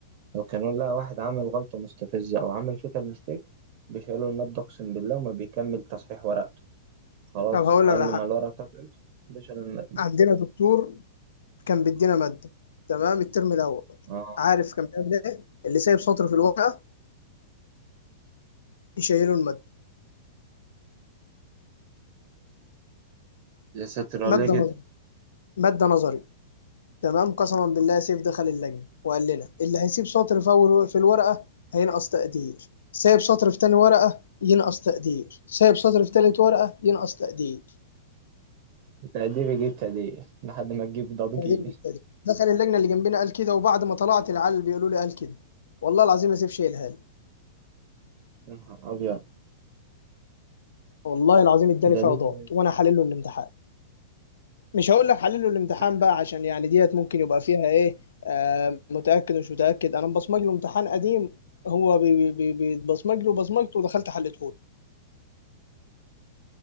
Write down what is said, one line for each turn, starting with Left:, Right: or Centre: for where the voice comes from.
Right: لو كانوا لا واحد عمل غلطة مستفزة أو عمل فيتال ميستيك بيشيلوا المادة أقسم بالله وما بيكمل تصحيح ورقته خلاص
Left: طب هقول
Right: علم
Left: لك على حاجه
Right: على الورقة بتاعته ده شال المادة
Left: عندنا دكتور كان بيدينا ماده تمام الترم الاول
Right: اه
Left: عارف كان بيعمل ايه اللي سايب سطر في الورقه يشيله الماده
Right: يا ساتر عليه
Left: ماده
Right: كده
Left: نظري ماده نظري تمام قسما بالله سيف دخل اللجنة وقال لنا اللي هيسيب سطر في أول في الورقة هينقص تقدير سايب سطر في تاني ورقة ينقص تقدير سايب سطر في تالت ورقة ينقص تقدير
Right: تقدير يجيب تقدير لحد ما تجيب ضجيج
Left: تقدير بالتقدير دخل اللجنة اللي جنبنا قال كده وبعد ما طلعت العيال بيقولوا لي قال كده والله العظيم ما سيف شايلها لي
Right: يا نهار أبيض
Left: والله العظيم اداني
Right: ده
Left: فيها
Right: ليه
Left: ضغط
Right: كده يا
Left: وانا حلله الامتحان مش هقول لك حلله الامتحان
Right: ساتر.
Left: بقى عشان يعني ديت ممكن يبقى فيها ايه آه متأكد ومش متأكد انا مبصمج له امتحان قديم هو بي- بي- بي- بيتبصمج له بصمجته ودخلت حلته